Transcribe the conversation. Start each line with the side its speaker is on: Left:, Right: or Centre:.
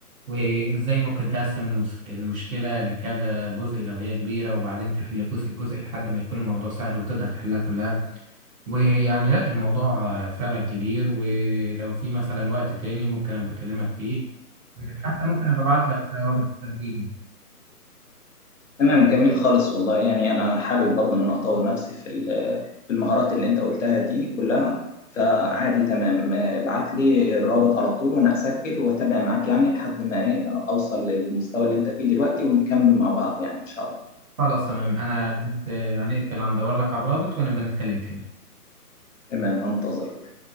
Right: وازاي ممكن تقسم المس- المشكلة لكذا جزء لو هي كبيرة وبعدين تحل جزء جزء لحد ما يكون الموضوع سهل وتقدر تحلها كلها ويعني لا الموضوع فعلا كبير ولو في مثلا وقت تاني ممكن أبقى أكلمك فيه حتى ممكن أبقى أبعت لك رابط التسجيل يعني.
Left: تمام جميل خالص والله يعني انا حابب برضه ان انا اطور نفسي في ال- في المهارات اللي انت قلتها دي كلها فعادي تمام آه، ابعت لي الرابط على طول وانا اسجل واتابع معاك يعني لحد ما ايه اوصل للمستوى اللي انت فيه دلوقتي ونكمل مع بعض يعني ان شاء الله
Right: خلاص تمام أنا بت- هنقفل هندور لك على الرابط ونبقى نتكلم تاني
Left: تمام هنتظرك